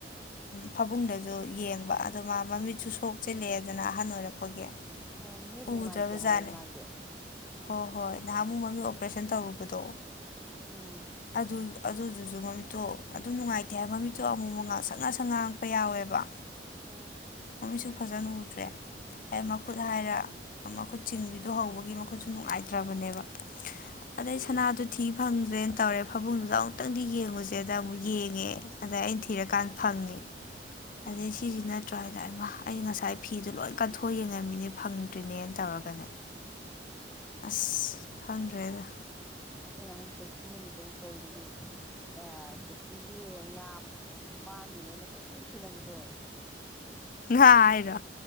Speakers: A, on the left; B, in the centre.
A: ꯐꯕꯨꯡꯗꯁꯨ ꯌꯦꯡꯕ ꯑꯗꯣ ꯃꯥ ꯃꯃꯤꯠꯁꯨ ꯁꯣꯛꯆꯤꯜꯂꯛꯑꯦꯗꯅ ꯑꯍꯟ ꯑꯣꯏꯔꯛꯄꯒꯤ꯫
B: ꯑ ꯃꯤꯠ
A: ꯎꯗ꯭ꯔꯕꯖꯥꯠꯅꯦ
B: ꯅꯨꯡꯉꯥꯏꯇꯦ ꯍꯥꯏꯌꯦ ꯃꯥꯁꯦ꯫
A: ꯍꯣꯏ ꯍꯣꯏ ꯅꯍꯥꯟ ꯑꯃꯨꯛ ꯃꯃꯤꯠ ꯑꯣꯄꯔꯦꯁꯟ ꯇꯧꯔꯨꯕꯗꯣ꯫
B: ꯎꯝ꯫
A: ꯑꯗꯨ ꯑꯗꯨꯗꯨꯁꯨ ꯃꯃꯤꯠꯇꯣ ꯑꯗꯨꯝ ꯅꯨꯡꯉꯥꯏꯇꯦ ꯍꯥꯏꯕ ꯃꯃꯤꯠꯇꯣ ꯑꯃꯨ ꯑꯃꯨꯛ ꯉꯥꯡꯁꯪ ꯉꯡꯁꯪ ꯉꯥꯡꯉꯛꯄ ꯌꯥꯎꯋꯦꯕ꯫
B: ꯎꯝ
A: ꯃꯃꯤꯠꯁꯨ ꯐꯖꯅ ꯎꯗ꯭ꯔꯦ꯫ ꯑꯦ ꯃꯈꯨꯠ ꯍꯥꯏꯔꯦ ꯃꯈꯨꯠ ꯆꯤꯡꯕꯤꯗꯨ ꯍꯧꯕꯒꯤ ꯃꯈꯨꯠꯁꯨ ꯅꯨꯡꯉꯥꯏꯇ꯭ꯔꯕꯅꯦꯕ꯫ ꯑꯗꯩ ꯁꯅꯥꯗꯣ ꯊꯤ ꯐꯪꯗ꯭ꯔꯦꯅ ꯇꯧꯔꯦ ꯐꯥꯃꯨꯡꯗꯨꯗ ꯑꯃꯨꯛꯇꯪꯗꯤ ꯌꯦꯡꯉꯨꯁꯦꯗ ꯑꯃꯨꯛ ꯌꯦꯡꯉꯦ ꯑꯗ ꯑꯩꯅ ꯊꯤꯔꯀꯥꯟꯗ ꯐꯪꯉꯦ
B: ꯎꯝ
A: ꯑꯗꯩ ꯁꯤꯁꯤ ꯅꯠꯇ꯭ꯔꯥ ꯍꯥꯏꯗꯥꯏꯃ ꯑꯩꯅ ꯉꯁꯥꯏ ꯐꯤꯗꯣ ꯂꯣꯏ ꯀꯟꯊꯣꯛ ꯌꯦꯡꯉꯝꯃꯤꯅꯦ ꯐꯪꯗ꯭ꯔꯤꯅꯦꯅ ꯇꯧꯔꯒꯅꯦ ꯑꯁ ꯈꯪꯗ꯭ꯔꯦꯗ
B: ꯑꯁ ꯉꯍꯥꯟ ꯁꯋꯁꯇꯤ ꯅꯨꯃꯤꯠꯇꯁꯨ ꯇꯧꯔꯤꯗꯨꯗꯤ ꯑꯦ ꯁꯨꯁꯇꯤꯒꯤ ꯉꯥ ꯃꯥ ꯃꯥꯡꯉꯤꯗꯅ ꯀꯣꯏꯊꯤ ꯊꯤꯅꯕꯗꯣ
A: ꯉꯥ ꯍꯥꯏꯔꯣ